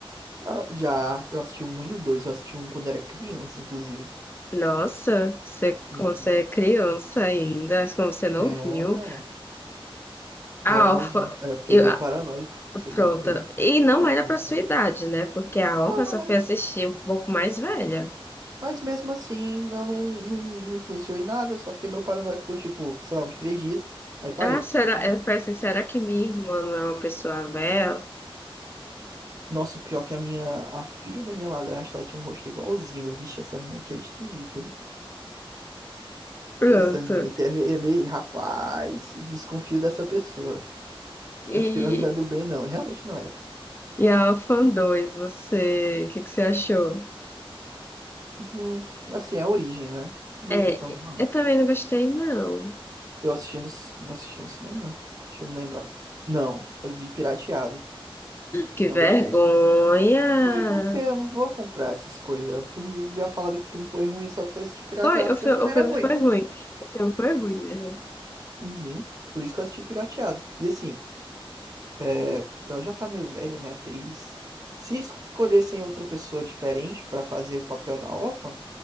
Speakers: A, on the right; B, on the left.
A: Ah, já, eu assisti o um e o dois, eu assisti um quando era criança, inclusive.
B: Nossa, você,
A: Uhum.
B: como você é criança ainda, como você não
A: É,
B: viu. A
A: eu era
B: Alfa,
A: novinho, aí eu fiquei
B: eu,
A: meio
B: ah,
A: paranoico, fiquei
B: pronto.
A: mar- meio
B: E não
A: pouquinho
B: era pra
A: só.
B: sua idade, né? Porque a Alfa
A: Ah,
B: só
A: mas,
B: foi assistir um pouco mais velha.
A: mas mesmo assim, eu não, não, não influenciou em nada, eu só fiquei meio paranoico por, tipo, sei lá, uns três dias, aí parei.
B: Ah, será? Eu falei assim, será que minha irmã não é uma pessoa velha?
A: Nossa, o pior é que a minha, a filha da minha madrasta, ela tinha um rosto igualzinho, eu, vixe, essa menina aqui é esquisita, né?
B: Pronto.
A: essa menina aqui é meio, é meio, rapaz, desconfio dessa pessoa,
B: E
A: acho que ela não é do bem não, e realmente não era.
B: E a Fan 2, você, o que que você achou?
A: Hum, assim, é a origem, né? Não
B: É,
A: gostei tanto, não.
B: eu também não gostei, não.
A: Eu assisti no, ci- não assisti no cinema? Deixa eu me lembrar. Não, eu vi pirateado.
B: Que
A: Não
B: vergonha!
A: gostei. Ué, porque eu não vou comprar essas coisas. O filme, já falaram que o filme foi ruim, eu só fui assistir pirateado
B: Foi, o,
A: porque
B: fi-
A: o filme
B: o
A: era
B: filme
A: ruim.
B: foi ruim. O filme foi ruim mesmo.
A: Uhum, por isso que eu assisti pirateado. E assim, é, ela já tá meio velha, né, a atriz. Se escolhessem outra pessoa diferente pra fazer o papel da órfã,